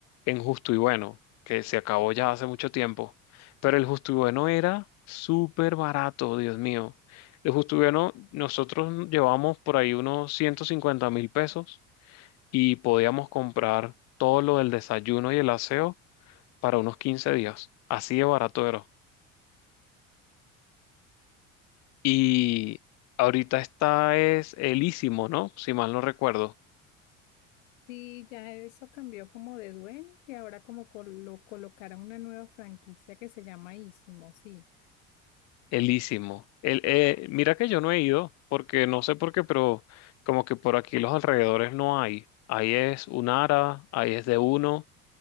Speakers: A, on the left; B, on the left.
A: en Justo y Bueno, que se acabó ya hace mucho tiempo. Pero el Justo y Bueno era súper barato, Dios mío. El Justo y Bueno, nosotros llevábamos por ahí unos ciento cincuenta mil pesos y podíamos comprar todo lo del desayuno y el aseo para unos 15 días. Así de barato era. Y ahorita está es Elísimo, ¿no? Si mal no recuerdo.
B: Sí, ya eso cambió como de dueño y ahora como col- lo colocaron una nueva franquicia que se llama Ísimo, sí.
A: Elísimo. El, eh, mira que yo no he ido, porque no sé por qué, pero como que por aquí los alrededores no hay. Ahí es Unara, ahí es de uno.